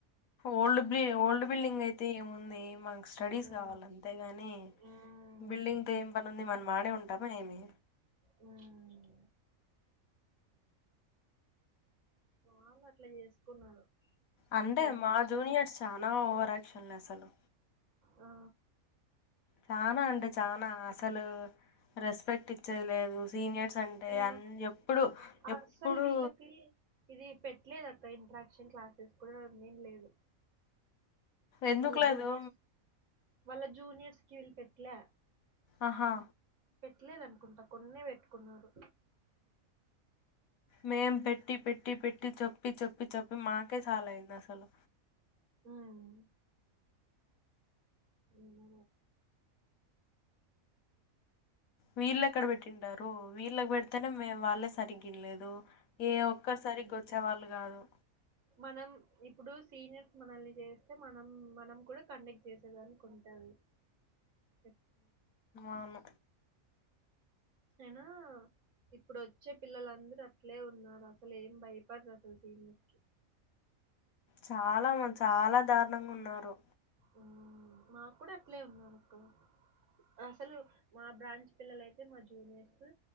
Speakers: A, on the left (about 80°); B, on the right (about 60°).
A: ఓల్డ్ బ్లీ ఓల్డ్ బిల్డింగ్ అయితే ఏముంది మనకు స్టడీస్
B: అదే
A: గావాల అంతేగాని
B: హ్మ్
A: బిల్డింగ్తో ఏం పనుంది మన మాడే ఉంటామా ఏమి
B: మ్మ్ వాళ్ళట్ల చేసుకున్నారు
A: అంటే
B: కంప్లైంట్
A: మా
B: ఇచ్చుకుని
A: జూనియర్స్ చానా ఓవరాక్షన్లే అసలు
B: ఆ
A: చానా అంటే చానా అసలు రెస్పెక్ట్ ఇచ్చేది లేదు సీనియర్స్ అంటే
B: ఆ
A: అన్ ఎప్పుడు
B: అస్సలు
A: ఎప్పుడూ
B: వీళ్ళకి ఇది పెట్లేదక్క ఇంట్రాక్షన్ క్లాసెస్ కూడా నేం లేదు
A: ఎందుకు
B: వాళ్ళ
A: లేదు
B: జూనియర్స్ వాళ్ళ జూనియర్స్ కి వీళ్ళు పెట్లా
A: ఆహా
B: పెట్లేదు అనుకుంటా కొన్నే పెట్టుకున్నారు
A: మేం పెట్టి పెట్టి పెట్టి చెప్పి చెప్పి చెప్పి మాకే చాలా అయింది అసలు
B: ఉమ్ ఉ
A: వీళ్ళెక్కడ పెట్టిండారు వీళ్ళకి పెడితేనే మే వాళ్ళే సరిగ్గినలేదు ఏ ఒక్కర్ సరిగొచ్చేవాళ్ళు
B: ఆ
A: గాదు
B: మనం ఇప్పుడు సీనియర్స్ మనల్ని జేస్తే మనం మనం కూడా కండక్ట్ చేసేదానికుంటది <inaudible>
A: ఆను
B: ఏనా ఇప్పుడొచ్చే పిల్లలందరూ అట్లే ఉన్నారు అసలు ఏం భయపడరు అసలు సీనియర్స్ కి
A: చాలా చాలా దారుణం గున్నారు
B: మ్మ్ మాకు కూడా అట్లే ఉన్నారుకు అసలు మా బ్రాంచ్ పిల్లలైతే మా జూనియర్స్